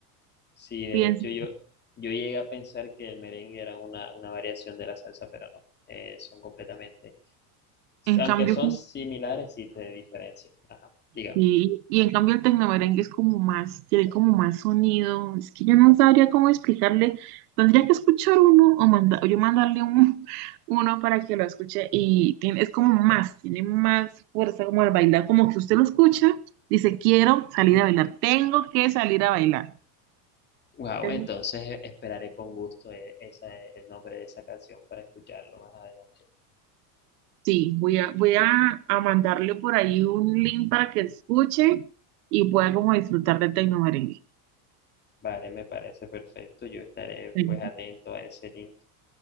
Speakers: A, on the left (about 20°); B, on the right (about 75°).
A: Sí, de
B: pienso.
A: hecho yo, yo llegué a pensar que el merengue era una, una variación de la salsa, pero no, eh, son completamente,
B: En
A: aunque
B: cambio,
A: son similares, sí te diferencian. Ajá, dígame.
B: Sí, Y, y en cambio el tecnomerengue es como más, tiene como más sonido. Es que yo no sabría cómo explicarle. Tendría que escuchar uno o manda- o yo mandarle un- <laughs> uno para que lo escuche. Y tiene, es como más, tiene más fuerza como al bailar. Como que usted lo escucha, dice, quiero salir a bailar, tengo que salir a bailar.
A: Wow,
B: Entonces,
A: entonces eh, esperaré con gusto eh, esa, eh, el nombre de esa canción para escucharlo más adelante.
B: Sí, voy a, voy a, a mandarle por ahí un link para que escuche y pueda como disfrutar del tecnomerengue.
A: Vale, me parece perfecto. Yo estaré
B: Sí.
A: pues atento a ese link.